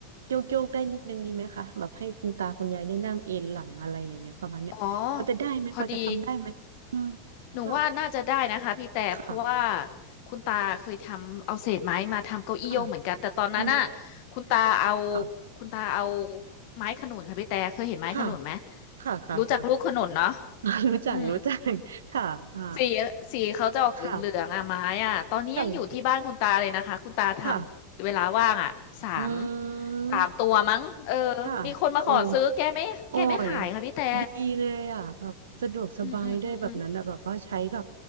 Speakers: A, on the right; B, on the left.
A: โยกโยกได้นิดนึงดีไหมคะแบบให้คุณตาคุณยายได้นั่งเอนหลังอะไรอย่างเงี้ยประมาณเนี้ยพอจะได้ไหมพอจะทำได้ไหมอืม
B: อ๋อพอดี หนูว่าน่าจะได้นะคะพี่แต่เพราะว่า
A: แบบค่ะ
B: คุณตาเคยทำเอาเศษไม้มาทำเก้าอี้โยกเหมือนกันแต่ตอนนั้นน่ะ
A: ค่ะอืม
B: คุณตาเอา
A: ค่ะ
B: คุณตาเอาไม้ขนุนค่ะพี่แต่เคยเห็นไม้ขนุนไหม
A: ค่ะค่ะค่ะค่ะ
B: รู้จักลูกขนุนเนาะ
A: อ่า <laughs> รู้จักรู้จัก
B: อืม
A: <laughs> ค่ะอ่า
B: สีสีเขาจะออกเหลืองๆอ่ะไม้อ่ะตอนนี้ยังอยู่ที่บ้านคุณตาเลยนะคะคุณตาทำเวลาว่างอ่ะสาม
A: ค่ะค่ะค่ะอืม
B: สามตัวมั้งเออ
A: ค่ะโอ้ย
B: มีคนมาขอซื้อแกไม่แกไม่ขายค่ะพี่แต่
A: โอ้ยดีเลยอ่ะแบบสะดวกสบายด้วยแบบนั้นอะแบบว่าใช้แบบ
B: อืมอืมอืม